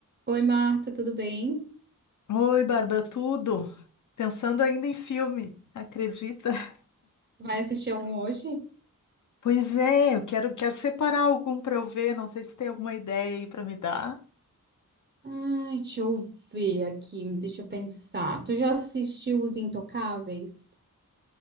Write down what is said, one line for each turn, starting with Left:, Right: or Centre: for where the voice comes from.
Right: Oi, Marta, tudo bem?
Left: Oi, Bárbara, tudo? Pensando ainda em filme, acredita? <laughs>
Right: Vai assistir algum hoje?
Left: Pois é, eu quero, quero separar algum para eu ver, não sei se tem alguma ideia aí para me dar.
Right: Ai, deixa eu ver aqui, deixa eu pensar. Tu já assistiu Os Intocáveis?